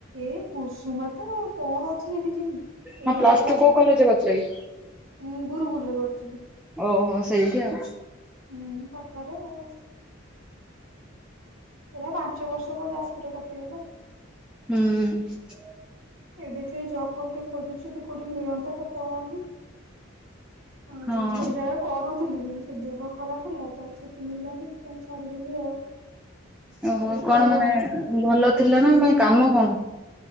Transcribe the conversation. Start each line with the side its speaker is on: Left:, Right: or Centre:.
Right: ଏ କୁସୁମା ତ କଣ ଅଛି ସେଠି ଯିମି।
Centre: ହଁ
Right: ଏଇ
Centre: ପ୍ଲସ
Right: ଭଳିଆ
Centre: ଟୁ
Right: ଲାଗୁଚି
Centre: କୋଉ କଲେଜରେ କରିଥିଲ କି?
Right: ଉଁ ଗୁରୁକୁଳ ରେ ପଢୁଥିଲି।
Centre: ଓହୋ ସେଇଠି ଆଉ।
Right: ହୁଁ ପାଖରେ ଆଉ। ଏରା ପାଞ୍ଚ ବର୍ଷ ମୋର ଯାଜପୁର ରେ କଟିଗଲା ଆଉ।
Centre: ହୁଁ।
Right: ଏବେ ତ ଏଇ ଜବ୍ ଫବ ଟିକେ ଖୋଜୁଛି ଯଦି କୋଉଠି ମିଳନ୍ତା ତ ପଳାନ୍ତି। ଆଉ
Centre: ହଁ।
Right: ଗୋଟେ ଜାଗା ରେ କରୁଥିଲି ବି ସେ ଦେହ ଖରାପ ହେଲା ତ ଆଉ ଛୁଟି ମିଳିଲାନି ସେଥିପାଇଁ ଛାଡିଦେଲି ଆଉ।
Centre: ଓହୋ
Right: ଏବେ ଘରେ
Centre: କଣ ମାନେ
Right: ଅଛି
Centre: ଅ ଭଲ ଥିଲା ନା ମାନେ କାମ କଣ?